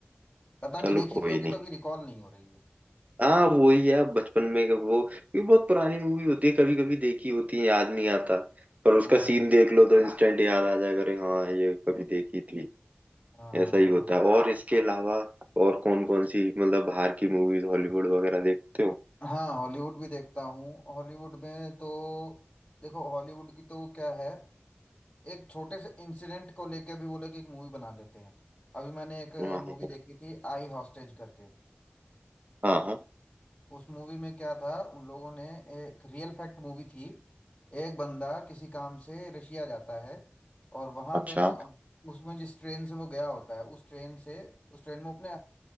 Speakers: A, on the left; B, on the right.
A: पता नहीं
B: चलो
A: देखी
B: कोई
A: भी होगी
B: नहीं
A: तभी रिकॉल नहीं हो रही है
B: हाँ वो ही है बचपन में का वो क्योंकि बहुत पुरानी मूवी होती है कभी कभी देखी होती है याद नहीं आता पर उसका
A: हाँ हाँ
B: सीन देख लो तो इंस्टेंट याद आ जाएगा अरे हाँ ये कभी देखी थी
A: हाँ हाँ
B: ऐसा ही
A: हाँ
B: होता है और इसके अलावा और कौन कौन सी मतलब बाहर की मूवीज हॉलीवुड वगैरह देखते हो
A: हाँ हॉलीवुड भी देखता हूँ हॉलीवुड में तो देखो हॉलीवुड की तो क्या है एक छोटे से इंसिडेंट को लेके भी वो लोग एक मूवी बना लेते हैं अभी मैंने एक
B: हाँ
A: मूवी
B: हाँ
A: देखी थी आई हॉस्टेज करके
B: हाँ, हाँ, हाँ।
A: उस मूवी में क्या था उन लोगों ने एक रियल फैक्ट मूवी थी एक बंदा किसी काम से रशिया जाता है और वहां
B: अच्छा
A: पे ना उसमें जिस ट्रेन से वो गया होता है उस ट्रेन से उस ट्रेन में वो अपने